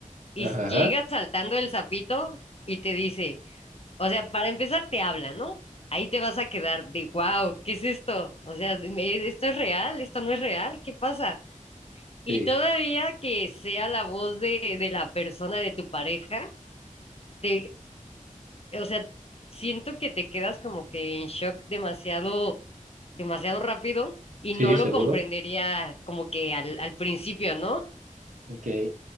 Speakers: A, on the left; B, on the right.
A: y
B: Ajá,
A: s- llega saltando el sapito y te dice, o sea, para empezar te habla, ¿no? Ahí te vas a quedar de, wow, ¿qué es esto? O sea, dime, ¿esto es real? ¿Esto no es real? ¿Qué pasa? Y
B: sí,
A: todavía que sea la voz de, de la persona de tu pareja, te, O sea, siento que te quedas como que en shock demasiado, demasiado rápido y
B: sí,
A: no lo
B: seguro.
A: comprendería como que al, al principio, ¿no?
B: Ok.